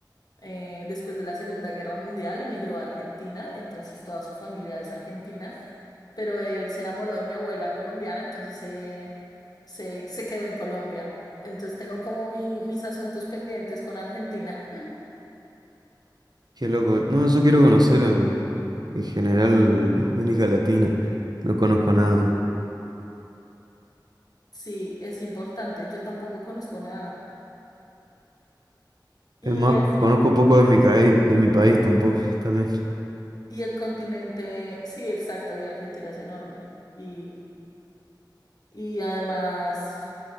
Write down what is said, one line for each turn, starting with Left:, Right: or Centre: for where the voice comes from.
Left: eh, después de la Segunda Guerra Mundial, emigró a Argentina, entonces toda su familia es argentina. Pero él se enamoró de mi abuela colombiana, entonces se, se, se quedó en Colombia. Entonces tengo como mi- mis asuntos pendientes con Argentina. <laughs>
Right: Qué loco. No, yo quiero conocer en, en general América Latina. No conozco nada.
Left: Sí, es importante. Yo tampoco conozco nada. Y
Right: Es más,
Left: es
Right: conozco poco de mi, caí- de mi país tampoco, también,
Left: Y el continente, sí, exacto, y Argentina es enorme. Y, y además,